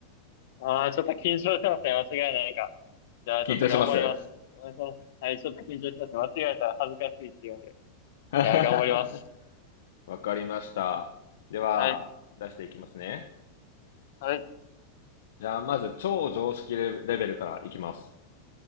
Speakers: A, on the left; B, on the left.
A: あー、ちょっと緊張してますね。間違いないか。じゃあちょっと頑張ります。
B: 緊張します。
A: お願いしますはい、ちょっと緊張してますね。間違えたら恥ずかしいって言うんで。
B: <laughs>
A: いやー、頑張ります。
B: わかりました。では、
A: はい。
B: 出していきますね。
A: はい。
B: じゃあまず超常識レレベルからいきます。